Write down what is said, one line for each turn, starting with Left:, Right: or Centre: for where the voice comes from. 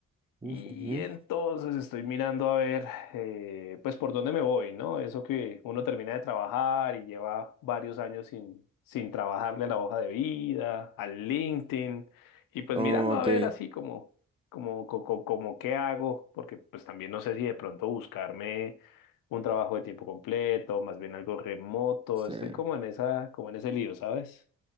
Right: Uf,
Left: Y
Right: ujú.
Left: entonces estoy mirando a ver, eh, pues por dónde me voy, ¿no? Eso que uno termina de trabajar y lleva varios años sin, sin trabajarle a la hoja de vida, al LinkedIn, y pues
Right: Oh,
Left: mirando a
Right: ok.
Left: ver
Right: O
Left: así como, como, co- co- como, qué hago, porque pues también no sé si de pronto buscarme un trabajo de tiempo completo, más bien algo remoto,
Right: sea,
Left: estoy como en esa, como en ese lío, ¿sabes?